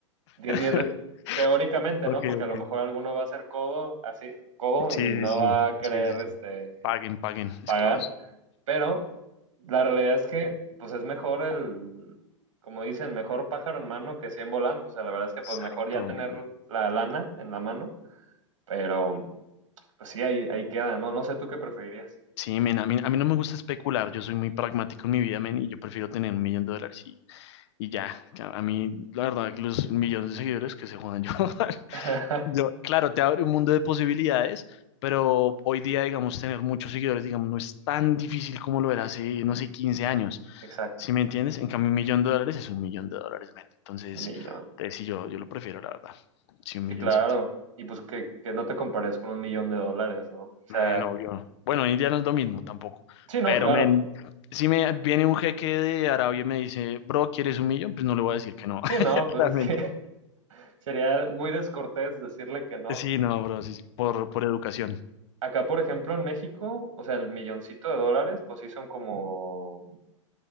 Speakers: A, on the right; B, on the left.
A: 10
B: <laughs>
A: millones de- teóricamente,
B: Ok,
A: ¿no? Porque
B: ok.
A: a lo mejor alguno va a ser codo, así, codo,
B: Sí,
A: y no
B: sí, sí.
A: va a querer,
B: Sí, sí,
A: este,
B: sí. Paguen, paguen, esclavos.
A: pagar. Pero la realidad es que, pues es mejor el, como dicen, mejor pájaro en mano que 100 volando. O sea, la verdad es que, pues
B: Exacto,
A: mejor ya tener
B: men.
A: la lana en la mano, pero pues sí, ahí, ahí queda, ¿no? No sé tú qué preferirías.
B: Sí, men, a mí, a mí no me gusta especular. Yo soy muy pragmático en mi vida, men, y yo prefiero tener un millón de dólares y, y ya. Ya, A mí, la verdad, los millones de seguidores que se jodan yo. <laughs>
A: <laughs>
B: Yo, claro, te abre un mundo de posibilidades, pero hoy día, digamos, tener muchos seguidores, digamos, no es tan difícil como lo era hace,
A: Ujú.
B: no sé, 15 años.
A: Exacto,
B: ¿Sí me entiendes? En cambio, un millón de dólares es un millón de dólares, men. Entonces,
A: un millón.
B: te sí, yo, yo lo prefiero, la verdad. Sí, un
A: Sí,
B: milloncito.
A: claro. Y pues que, que no te compares con un millón de dólares, ¿no? O sea,
B: Men, obvio. Bueno, hoy en día no es lo mismo tampoco.
A: sí, no,
B: Pero,
A: claro.
B: men, si me viene un jeque de Arabia y me dice, bro, ¿quieres un millón? Pues no le voy a decir que no. <laughs>
A: Sí, no, pues
B: Realmente.
A: es que <laughs> sería muy descortés decirle que no.
B: Sí, no, bro, sí, sí, Por, por educación.
A: Acá, por ejemplo, en México, o sea, el milloncito de dólares, pues sí son como